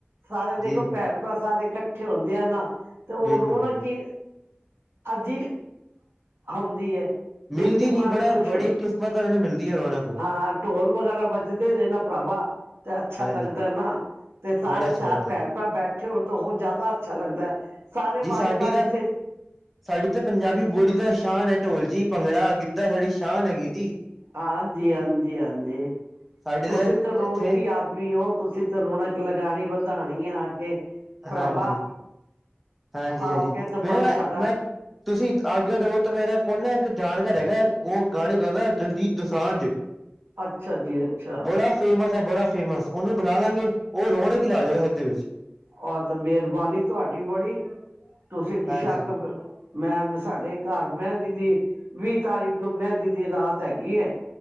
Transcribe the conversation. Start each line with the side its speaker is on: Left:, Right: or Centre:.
Right: ਸਾਰੇ ਦੇਖੋ,
Centre: ਜੀ
Right: ਭੈਣ- ਭਰਾ ਸਾਰੇ ਇਕੱਠੇ ਹੁੰਦੇ ਆ ਨਾ। ਤੇ ਉਹ
Centre: ਬਿਲਕੁਲ
Right: ਰੌਣਕ
Centre: ਜੀ
Right: ਹੀ ਅੱਜ ਹੁੰਦੀ ਹੈ। ਦੇਖ
Centre: ਮਿਲਦੀ
Right: ਕੇ ਮਨ
Centre: ਨੀ। ਬੜਾ
Right: ਖੁਸ਼
Centre: ਬੜੀ
Right: ਹੁੰਦਾ
Centre: ਕਿਸਮਤ ਵਾਲੀਆਂ ਨੂੰ ਮਿਲਦੀ ਹੈ। ਰੌਣਕ ਉਹ
Right: ਹਾਂ, ਢੋਲ ਵਗੈਰਾ ਵੱਜਦੇ ਨੇ ਨਾ ਭਰਾਵਾਂ। ਤੇ ਅੱਛਾ
Centre: ਹਾਂਜੀ
Right: ਲੱਗਦਾ ਨਾ। ਤੇ ਸਾਰੇ
Centre: ਬੜਾ ਅੱਛਾ
Right: ਚਾਰ
Centre: ਲੱਗਦਾ
Right: ਭੈਣ-
Centre: ਜੀ
Right: ਭਰਾ ਬੈਠੇ ਇਕੱਠੇ ਹੋਣ ਤੋਂ ਹੋਰ ਜ਼ਿਆਦਾ ਅੱਛਾ ਲੱਗਦਾ ਹੈ। ਸਾਰੇ
Centre: ਜੀ ਸਾਡੀ
Right: ਵਾਰੀ -ਵਾਰੀ
Centre: ਤਾਂ
Right: ਸ
Centre: ਸਾਡੀ ਤਾਂ ਪੰਜਾਬੀ ਬੋਲੀ ਦਾ ਸ਼ਾਨ ਹੈ ਢੋਲ ਜੀ। ਭੰਗੜਾ ਸਾਡੀ ਸ਼ਾਨ ਹੈਗੀ ਜੀ
Right: ਹਾਂਜੀ-ਹਾਂਜੀ- ਹਾਂਜੀ।
Centre: ਸਾਡੇ
Right: ਤੁਸੀਂ
Centre: ਤਾਂ
Right: ਤੇ ਰੌਣਕੀ
Centre: ਇੱਥੇ
Right: ਆਦਮੀ ਔ, ਤੁਸੀਂ ਤੇ ਰੌਣਕ ਲਗਾਣੀ ਵਦਾਣੀ ਏ ਆ ਕੇ। ਭਰਾਵਾ
Centre: ਹਾਂਜੀ, ਹਾਂਜੀ-ਹਾਂਜੀ,
Right: ਆਓਗੇ ਤੇ ਮਨ
Centre: ਮੇਰਾ ਨਾ
Right: ਸਾਡਾ
Centre: ਮੈਂ ਤੁਸੀਂ ਆਗਿਆ ਦੇਵੋ, ਤਾਂ ਮੇਰਾ ਕੋਲ ਨਾ, ਇੱਕ ਜਾਣਕਾਰ ਹੈਗਾ ਏ, ਔਹ ਗਾਣੇ ਗਾਂਦਾ, ਦਲਜੀਤ ਦੋਸਾਂਜ <inaudible>
Right: ਅੱਛਾ ਜੀ, ਅੱਛਾ।
Centre: ਬੜਾ ਫੇਮਸ ਹੈ, ਬੜਾ ਫੇਮਸ, ਉਹਨੂੰ ਬੁਲਾ ਲਾਂਗੇ, ਔਹ ਰੋਣਕ ਈ ਲਾ ਦੇਗਾ ਸਬਦੇ ਵਿੱਚ।
Right: ਔਹ ਤੇ ਮੇਰਵਾਨੀ ਤੁਹਾਡੀ ਬੜੀ, ਤੁਸੀਂ ਬੇਸ਼ੱਕ
Centre: ਹਾਂਜੀ
Right: ਮੈਂ ਸਾਡੇ ਕਾਰ ਮੈਂਦੀ ਦੀ, ਵੀਹ ਤਾਰੀਕ ਨੂੰ ਮੈਂਦੀ ਦੀ ਰਾਤ ਹੈਗੀ ਏ।